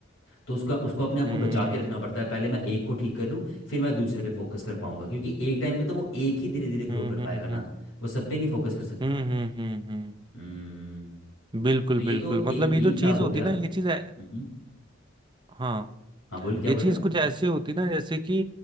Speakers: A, on the left; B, on the right.
A: तो उसका उसको अपने आप
B: हम्म
A: को बचा के रखना पड़ता है पहले मैं एक को ठीक कर लूँ फिर मैं दूसरे पे फोकस कर पाऊंगा क्योंकि एक टाइम पे तो वो एक ही धीरे धीरे ग्रो
B: हम्म
A: कर पाएगा
B: हम्म
A: ना वो सब पे नहीं फोकस कर सकता
B: हम्म हम्म, हम्म, हम्म। हम्म।
A: हम्म
B: बिल्कुल
A: तो ये
B: बिल्कुल
A: तो ए-
B: मतलब
A: यही
B: ये जो
A: हिसाब
B: चीज
A: हो
B: होती
A: गया
B: ना ये चीज ऐ-
A: हम्म
B: हाँ
A: हाँ बोल क्या
B: ये
A: बोल
B: चीज
A: रहा है
B: कुछ ऐसे होती ना जैसे कि